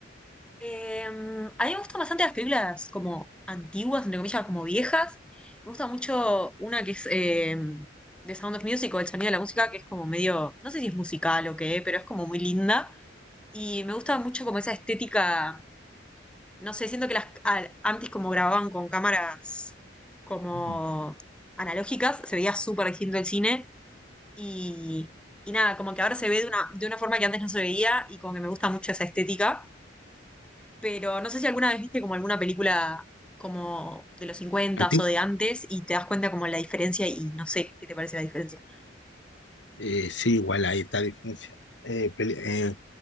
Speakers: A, in the centre; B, on the left.
A: Em, a mí me gustan bastante las películas como antiguas, entre comillas, como viejas. Me gusta mucho una que es em, de Sound of Music o El sonido de la música, que es como medio, no sé si es musical o qué, pero es como muy linda. Y me gusta mucho como esa estética, no sé, siento que las al- antes como grababan con cámaras como
B: Ujú.
A: analógicas, se veía súper distinto el cine. Y, y nada, como que ahora se ve de una, de una forma que antes no se veía y como que me gusta mucho esa estética. Pero no sé si alguna vez viste como alguna película como de los 50
B: Antigua.
A: o de antes y te das cuenta como la diferencia y no sé qué te parece la diferencia.
B: Eh, sí, igual ahí está la diferencia. Eh, peli- eh,